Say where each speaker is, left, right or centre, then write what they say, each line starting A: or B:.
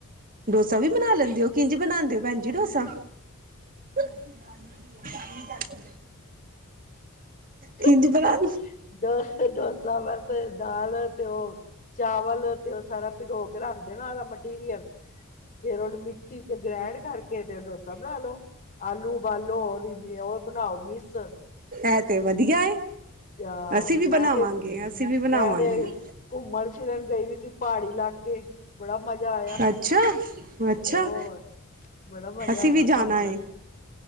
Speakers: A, on the right; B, on the left.
A: ਡੋਸਾ ਵੀ ਬਣਾ ਲੈਂਦੇ ਹੋ ਕਿੰਜ ਬਣਾਦੇ ਹੋ ਭੈਣ ਜੀ ਡੋਸਾ <inaudible> ਕਿੰਝ
B: <inaudible>
A: ਬਣਾ
B: ਡੋਸਾ ਬਸ ਦਾਲ ਤੇ ਉਹ ਚਾਵਲ ਤੇ ਉਹ ਸਾਰਾ ਭਿਗੋ ਕੇ ਰੱਖਦੇ ਨਾ ਉਹਦਾ ਮਟੀਰੀਅਲ ਫੇਰ ਉਹਨੂੰ ਮਿਕਸੀ 'ਚ ਗ੍ਰੈਂਡ ਕਰਕੇ ਤੇ ਡੋਸਾ ਬਣਾ ਲੋ। ਆਲੂ ਉਬਾਲੋ ਉਹ -ਉਹ ਬਣਾਓ ਮਿਸ
A: ਇਹ ਤੇ ਵਧੀਆ ਏ।
B: ਆ
A: ਅਸੀਂ
B: ਮੈਂ
A: ਵੀ ਬਣਾਵਾਂਗੇ
B: ਇਹ
A: ਅਸੀਂ ਵੀ ਬਣਾਵਾਂਗੇ
B: ਮੈਂ ਤੇ ਘੁੰਮਣ ਫਿਰਨ ਗਈ ਸੀ ਪਹਾੜੀ ਲਾ ਕੇ ਬੜਾ ਮਜ਼ਾ ਆਇਆ
A: ਅੱਛਾ ਅੱਛਾ
B: ਹੋਰ ਬੜਾ ਮਜ਼ਾ
A: ਅਸੀਂ
B: ਆਇਆ
A: ਵੀ ਜਾਣਾ
B: ਪਹਾੜੀ ਇਲਾਕਿਆਂ
A: ਏ